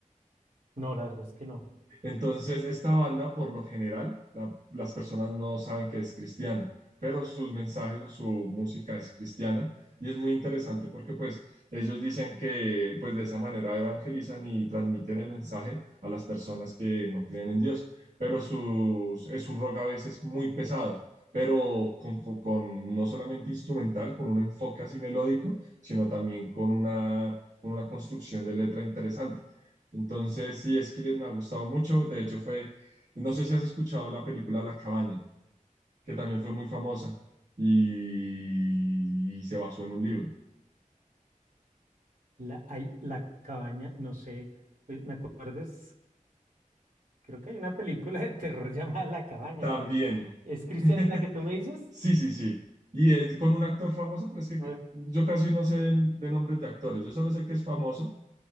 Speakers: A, on the right; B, on the right.
A: No, la verdad es que no.
B: Entonces, esta banda, por lo general, la- las personas no saben que es cristiana, pero sus mensajes o su música es cristiana y es muy interesante porque pues ellos dicen que pues de esa manera evangelizan y transmiten el mensaje a las personas que no creen en Dios, pero sus, es un rock a veces muy pesado. pero con, con- con no solamente instrumental, con un enfoque así melódico, sino también con una, con una construcción de letra interesante. Entonces, sí, Skillet me ha gustado mucho. De hecho, fue, no sé si has escuchado la película La Cabaña, que también fue muy famosa y, y se basó en un libro.
A: La, hay, la cabaña, no sé, pues, me acuerdo, es, creo que hay una película de terror <laughs> llamada La Cabaña,
B: También.
A: pero ¿es Cristiana
B: <laughs>
A: la que tú me dices?
B: Sí, sí, sí. Y es con un actor famoso, pero es que
A: No.
B: yo casi no sé de, de nombres de actores. Yo solo sé que es famoso